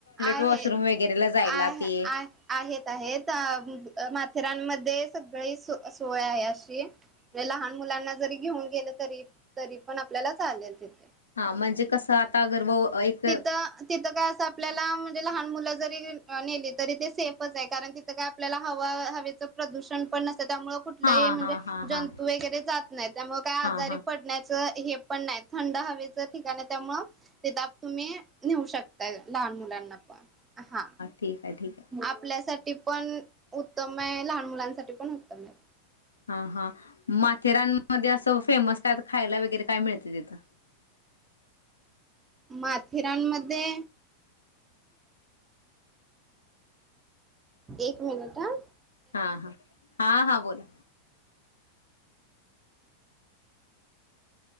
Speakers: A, on the right; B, on the left.
A: आहे
B: वॉशरूम वगैरेला जायला
A: आहे
B: ते
A: आ आहेत आहेत अ म माथेरान मध्ये सगळी सोय आहे अशी म्हण लहान मुलांना जरी घेऊन गेले तरी तरी पण आपल्याला चालेल तीथ
B: हा म्हणजे कसं आता गरब इथ
A: तिथं काय असं आपल्याला म्हणजे लहान मुलं जरी नेले तरी ते सेफच आहे कारण तिथं काय आपल्याला हवा हवेचं प्रदूषण पण नसत त्यामुळे कुठलही
B: हा
A: म्हणजे
B: हा हा
A: जंतू
B: हा
A: वगैरे जात नाहीत त्यामुळं काय आजारी
B: हा हा
A: पडण्याच हे पण नाही थंड हवेच ठिकाण आहे त्यामुळ तीथ तुम्ही न्हेऊ शकता त्या लहान मुलांना पण हा
B: ठीक आहे ठीक आहे
A: आपल्यासाठी पण उत्तम आहे लहान मुलांसाठी पण उत्तम आहे
B: हा हा माथेरानमध्ये असं फेमस काय खायला वगैरे काय मिळतय तीथ
A: माथेरानमध्ये एक मिनिट ह
B: हा हा हा हा बोला